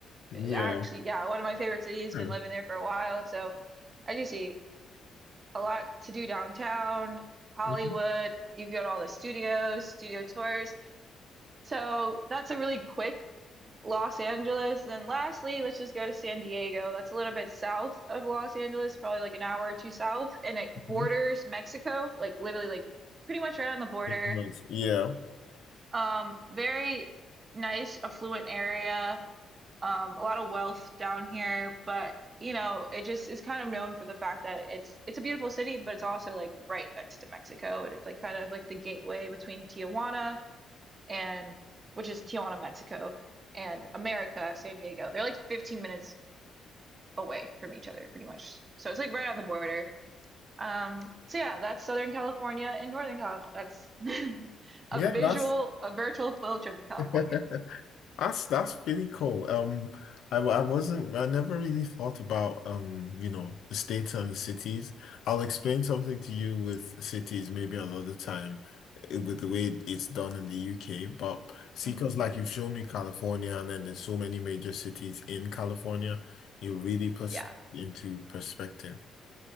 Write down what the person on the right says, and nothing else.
actually, yeah, one of my favorite cities.
Been living there for a while, so as you see, a lot to do downtown, Hollywood.
You can go to all the studios, studio tours. So that's a really quick Los Angeles. And then lastly, let's just go to San Diego. That's a little bit south of Los Angeles, probably like an hour or two south, and it
borders Mexico, like literally like pretty much right on the border.
Um, very nice, affluent area um, a lot of wealth down here, but you know, it just is kind of known for the fact that it's it's a beautiful city, but it's also like right next to Mexico, and it's like kind of like the gateway between Tijuana and which is Tijuana, Mexico, and America, San Diego. They're like 15 minutes away from each other, pretty much. So it's like right on the border. Um, so yeah, that's Southern California and Northern California. That's <laughs> a
visual,
a virtual field trip of California.
hmm
Yeah.